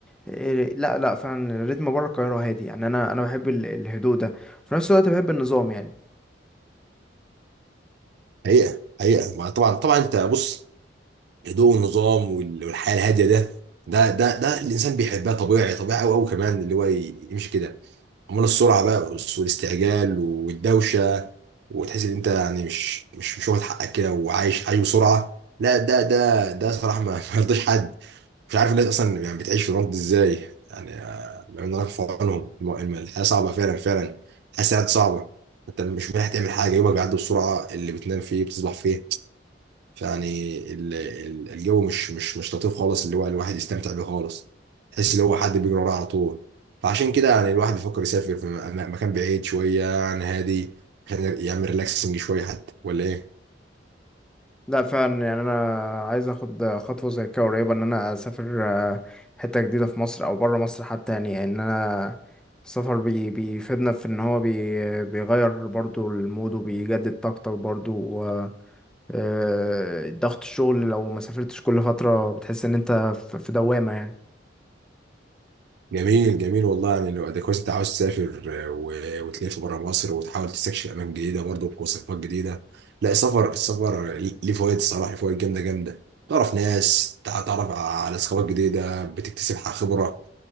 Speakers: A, in the centre; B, on the right.
A: آه، لا لا فعلا الريتم بره القاهرة هادي يعني انا انا بحب ال- الهدوء ده في نفس الوقت بحب النظام يعني
B: حقيقة حقيقة ما طبعا طبعا أنت بص الهدوء والنظام وال- والحياه الهاديه ده ده ده ده الانسان بيحبها طبيعي طبيعي قوي قوي كمان اللي هو ي- يمشي كده امال السرعه بقى والاستعجال والدوشه وتحس ان انت يعني مش مش مش واخد حقك كده وعايش عايش بسرعه لا ده ده ده صراحه ما <laughs> ما يرضيش حد مش عارف الناس اصلا يعني بتعيش في الوقت ده ازاي يعني آه، ربنا يرفع في عنهم الم- الم- الحياه صعبه فعلا فعلا الحياه ساعات صعبه انت مش مريح تعمل حاجه يومك بيعدي بسرعه اللي بتنام فيه بتصبح فيه فيعني ال- ال- الجو مش مش مش لطيف خالص اللي هو الواحد يستمتع بيه خالص تحس ان هو حد بيجري وراه على طول فعشان كده يعني الواحد بيفكر يسافر في م- مكان بعيد شويه يعني هادي عشان يعمل ريلاكسنج شويه حتى ولا ايه
A: لا فعلا يعني انا عايز اخد خطوه زي كده قريبه ان انا اسافر آه، حته جديده في مصر او بره مصر حتى يعني ان انا السفر بي بيفيدنا في ان هو بي بيغير برضو المود وبيجدد طاقتك برضو و آه، ضغط الشغل لو ما سافرتش كل فتره بتحس ان انت في في دوامه يعني
B: جميل جميل والله يعني لو ده كويس انت عاوز تسافر آه، و- وتلف بره مصر وتحاول تستكشف اماكن جديده برضه بوصفات جديده لا السفر السفر ليه فوائد الصراحه ليه فوائد جامده جامده تعرف ناس تع- تعرف على ثقافات جديده بتكتسب خبره